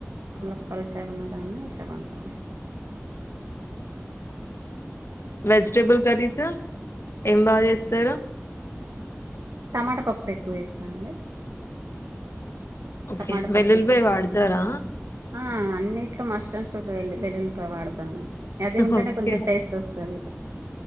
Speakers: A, on the right; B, on the left.
A: మళ్ల పల్సగున్న దాన్నే ఇష్టపడతాం
B: వెజిటేబుల్ కర్రీస్ ఏం బాగ చేస్తారు
A: టమాటా పప్పు ఎక్కువ చేస్తామండి
B: ఓకే.
A: టమాటా
B: వెల్లుల్లిపాయ
A: పప్పు ఇస్తా
B: వాడతారా?
A: ఆ అన్నిట్లో మస్ట్ అండ్ షుడ్ వెల్లు వెల్లులిపాయ వాడతాను అది ఉంటేనే
B: ఓకే.
A: కొంచెం టేస్ట్ వస్తది